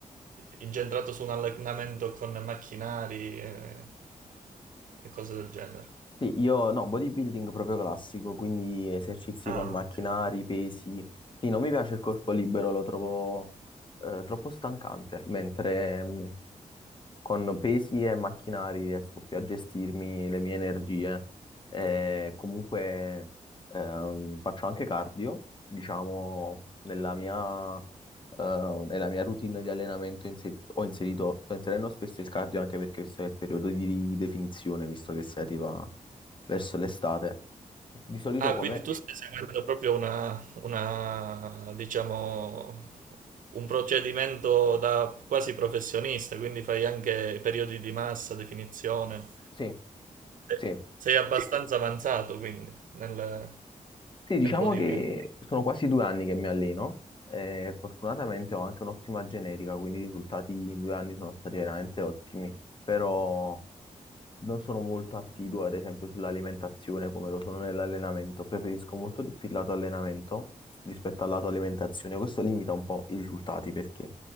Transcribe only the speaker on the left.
Sì, io no, bodybuilding proprio classico, quindi esercizi
con macchinari,
pesi. Sì, non mi piace il corpo libero, lo trovo eh, troppo stancante, mentre mh, con pesi e macchinari riesco più a gestirmi le mie energie. E comunque ehm, faccio anche cardio, diciamo, nella mia, eh, nella mia routine di allenamento inser- ho inserito, sto inserendo spesso il cardio anche perché questo è il periodo di definizione, visto che si arriva verso l'estate. E Di solito
come...
Sì,
sì.
Sì, diciamo
che sono quasi due anni che mi alleno e fortunatamente ho anche un'ottima genetica, quindi i risultati in due anni sono stati veramente ottimi, però non sono molto assiduo, ad esempio, sull'alimentazione come lo sono nell'allenamento. Preferisco molto di più il lato allenamento rispetto al lato alimentazione. Questo limita un po' i risultati perché